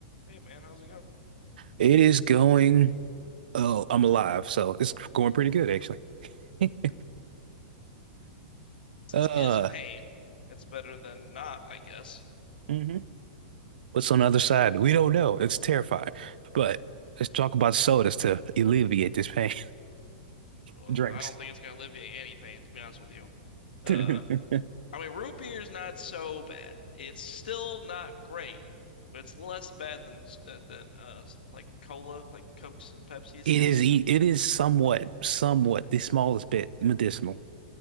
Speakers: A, on the left; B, on the right.
A: Hey man, how's it going?
B: It is going. Oh, I'm alive, so it's going pretty good actually. <laughs>
A: Since
B: Uh,
A: is pain, it's better than not, I guess.
B: mhm. What's on the other side? We don't know. It's terrifying. But let's talk about sodas to alleviate this pain.
A: Well,
B: <laughs> Drinks.
A: I don't think it's gonna alleviate any pain, to be honest with you. Uh,
B: <laughs>
A: I mean, root beer's not so bad. It's still not great, but it's less bad than uh, than uh like cola, like Cokes and Pepsis,
B: It
A: because
B: is. e- It is somewhat, somewhat the smallest bit medicinal.